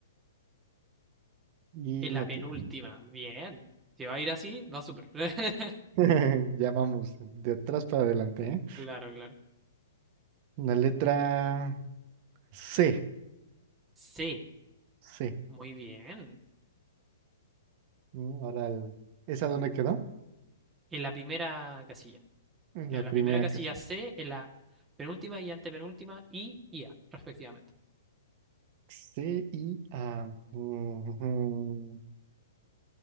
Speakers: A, on the right (about 40°); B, on the right (about 15°).
A: i
B: En
A: latina.
B: la penúltima. Bien. Si va a ir así, va súper. <laughs>
A: <laughs> Ya vamos, de atrás para adelante, ¿eh?
B: Claro, claro.
A: Una letra C.
B: Sí,
A: C.
B: muy bien.
A: Mm, Ahora, el- ¿esa dónde quedó?
B: en la primera casilla.
A: La
B: Ya, la
A: primera
B: primera casilla
A: casi.
B: C, en la penúltima y antepenúltima, I y A, respectivamente.
A: C y A. Ujú.